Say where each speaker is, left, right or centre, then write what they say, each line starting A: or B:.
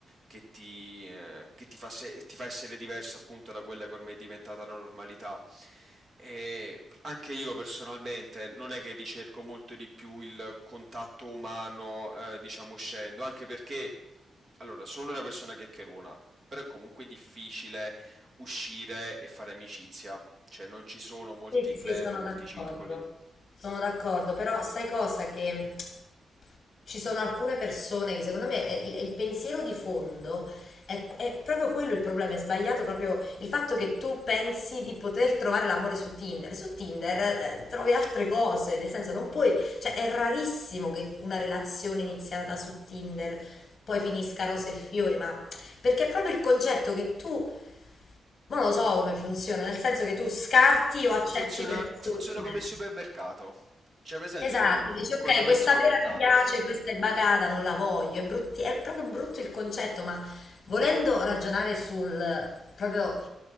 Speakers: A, on the right (about 35°); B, on the left (about 40°).
A: che ti, eh, che ti fa, se- ti fa essere diverso appunto da quella che ormai è diventata la normalità. E anche io personalmente non è che ricerco molto di più il contatto umano, eh, diciamo uscendo, anche perché, allora, sono una persona chiacchierona, però è comunque difficile uscire e fare amicizia, cioè non ci sono molti
B: Sì,
A: club,
B: sì, sì, sono
A: molti
B: d'accordo.
A: circoli.
B: Sono d'accordo, però sai cosa che Ci sono alcune persone che secondo me eh, il, il pensiero di fondo è, è proprio quello il problema, è sbagliato proprio il fatto che tu pensi di poter trovare l'amore su Tinder. Su Tinder eh, trovi altre cose, nel senso non puoi, cioè è rarissimo che una relazione iniziata su Tinder poi finisca rose e fiori, ma perché è proprio il concetto che tu, ma non lo so come funziona, nel senso che tu scarti
A: Eh,
B: o accetti
A: funziona,
B: persone.
A: funziona come il supermercato, cioè presente
B: Esatto,
A: quando,
B: dici ok,
A: quando vai
B: questa
A: al supermercato?
B: pera mi piace, questa è bagata, non la voglio, è, brutti- è proprio brutto il concetto, ma volendo ragionare sul proprio